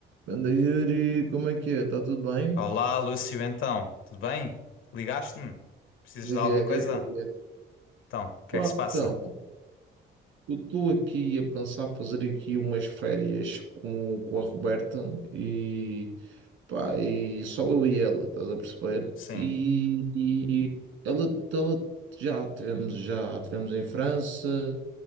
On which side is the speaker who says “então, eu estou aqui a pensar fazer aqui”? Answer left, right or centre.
Right